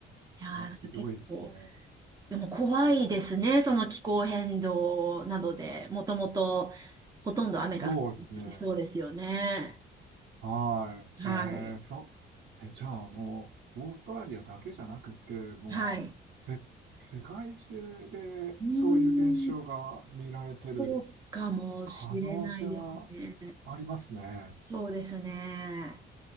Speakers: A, on the right; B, on the right.
A: いやー、
B: それはひどいですね。
A: なんか結構、でも怖いですね、その気候変動などで、もともとほとんど雨が降っていそうですよね。
B: そうですね。はい。
A: はい。
B: ええ、そ、え、じゃあもう、オーストラリアだけじゃなくて、もう、
A: はい。
B: せ、世界中でそういう現象が見られてる
A: うーん、そうかもしれないですね。
B: 可能性はありますね。
A: そうですね。